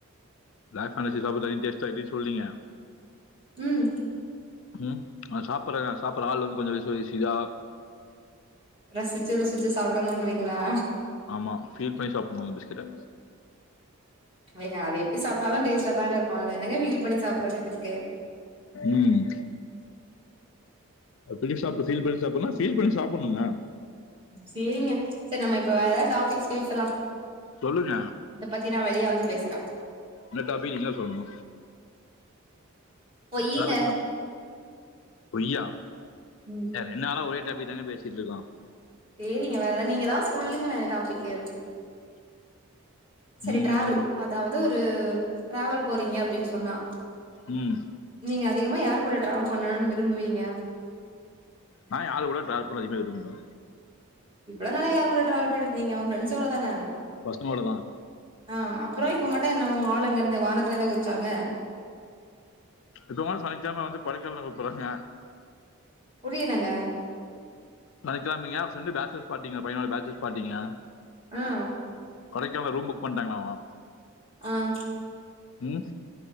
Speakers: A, on the left; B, on the right.
A: டார்க் பேண்டசி சாப்ப <unintelligible> டேஸ்டா <unintelligible> சொல்றீங்க
B: ம்
A: ம் ஆ சாப்பட்ற சாப்பட்ற ஆள் வந்து கொஞ்சோ விசு வாசிதா
B: ரசிச்சு ருசிச்சு சாப்படனுங்கிறீங்களா
A: ஆமா ஃபீல் பண்ணி சாப்பட்னு அந்த பிஸ்கட்ட
B: ஏங்க அது எப்டி சாப்ட்டாலு டேஸ்டாதாங்க இருக்கு அதுல என்னங்க வீல் பண்ணி சாப்பட்றதுக்கு இருக்கு
A: ம் ஃபீல் சாப் ஃபீல் பண்ணி சாப்பட்னுனா ஃபீல் பண்ணி சாப்பட்னுங்க
B: சேரிங்க சரி நம்ம இப்ப வேற எதாவது டாபிக் பேசலா
A: சொல்லுங்க
B: இத பத்தி நா வெளிய வந்து பேசுற
A: என்ன டாப்பிக் நீங்க தா சொல்லணு
B: பொய்யுங்க
A: டாப்பிக் சொல்ல பொய்யா
B: ம்
A: ரெண் நாளா ஒரே டாப்பிங் தாங்க பேசிட்டு இருக்கோ
B: சேரிங்க வேறெதா நீங்கதா சொல்லுங்களே டாப்பிக்கு சரி
A: ம்
B: டிராவல் அதாவது ஒரு டிராவல் போறீங்க அப்டினு சொன்னா
A: ம்
B: நீங்க அதிகமா யார் கூட ட்ராவல் பண்ணணுனு விரும்புவீங்க
A: நா ஏ ஆளு கூட ட்ராவல் போவ அதிகமா விரும்புவ
B: இவ்ளோனால யார் கூட ட்ராவல் பண்ணிட்ருந்தீங்க உங்க ஃப்ரெண்ஸ் கூட தான
A: பசங்கூடதா
B: ஆ அப்றோ இப்ப மட்டு என்ன உங்க ஆளு எங்கருந்து வானத்துல இருந்தா குதிச்சாங்க
A: இப்பகுன சனிகெழம வந்து கொடைக்கானல் கூப்பறாங்க
B: புரியலங்க
A: சனிக்கெழமைங்க ஃப்ரெண்டு பேச்சஸ் பார்ட்டீங்கா பையனோட பேச்சஸ் பார்ட்டீங்க
B: ஆ
A: கொடைக்கானல ரூம் புக் பண்ட்டாங்களாமா
B: ஆ
A: ம்